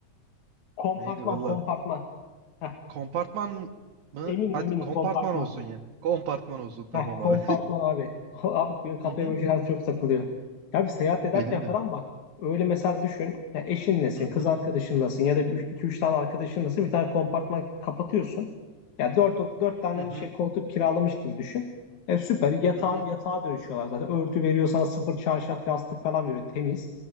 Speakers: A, on the left (about 75°); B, on the right (about 75°).
A: kompartman
B: Neydi valla
A: kompartman. Heh,
B: Kompartman mı?
A: eminim
B: Hadi
A: eminim
B: kompartman
A: kompartman.
B: olsun ya. Kompartman olsun tamam
A: Heh, kompartman
B: abi.
A: abi. <laughs> Abi benim kafaya
B: <laughs> Hı hı.
A: böyle şeyler çok takılıyor. Ya bir seyahat ederken
B: Benim
A: falan
B: de.
A: bak. Öyle mesela düşün. Ya eşin nesin,
B: Hı hı.
A: kız arkadaşın nasın ya da iki üç tane arkadaşın nasın bir tane kompartman kapatıyorsun. Ya dört dört tane
B: Hı hı.
A: şey koltuk kiralamış gibi düşün. E süper yatağa,
B: Hı hı.
A: yatağa dönüşüyorlar zaten. Örtü veriyor sana sıfır çarşaf yastık falan veriyor temiz.